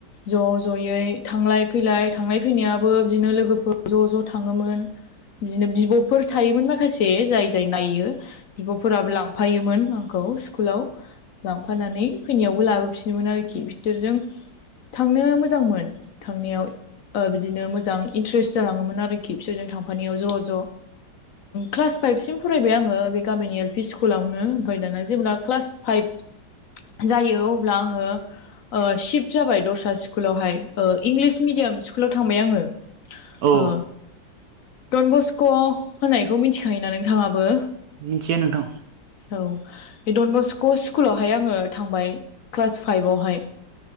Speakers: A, on the left; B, on the right.
A: ज' ज'यै थांलाय फैलाय थांलाय फैनायाबो बिदिनो लोगोफोर ज' ज' थाङोमोन बिदिनो बिब'फोर थायोमोन माखासे जाय जाय नायो बिब'फोराबो लांफायोमोन आंखौ स्कुलाव लांफानानै फैनायावबो लाबो बिफिनोमोन आरोखि बिसोरजों थांनो मोजांमोन थांनायाव बिदिनो मोजां इन्ट्रेस्ट जालाङोमोन आरोखि बिसोरजों थांफानायाव ज' ज' क्लास फाइभसिम फरायबाय आङो बे गामिनि एल पि स्कुलावनो ओमफ्राय दाना जेब्ला क्लास फाइभ जायो अब्ला आङो सिफत जाबाय दस्रा स्कुलावहाय इंलिस मिडियाम सु स्कुलाव थांबाय आङो
B: औ
A: ओ डन बस्क' होननायखौ मिथिखायोना नोंथाङाबो
B: मिथियो नोंथां
A: औ बे डन बस्क' स्कुलावहाय आङो थांबाय क्लास फाइभवहाय